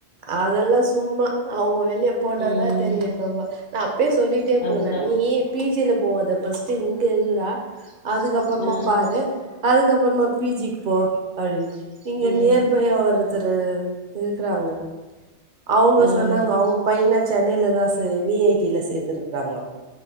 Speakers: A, on the right (about 50°); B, on the left (about 55°).
A: அதெல்லா சும்மா அவுங்க வெளிய போனாதா
B: ம்
A: தெரியு நம்ம அ ப்பே சொல்லிட்டே
B: அதுதா
A: போனே நீ பி ஜி ல போவாத ஃபர்ஸ்ட்டு இங்க இருடா அதுக்கப்றமா
B: ஆ
A: பாரு அதுக்கப்றமா பி ஜி க்கு போ அப்டின் இங்க
B: ம்
A: நியர்பை யா ஒருத்தரு இருக்குறாங்கன் அவுங்க
B: ம்
A: சொன்னாங்க அவுங்க பையன சென்னைல தா ச வி ஐ டி ல சேத்ருக்கறாங்ளா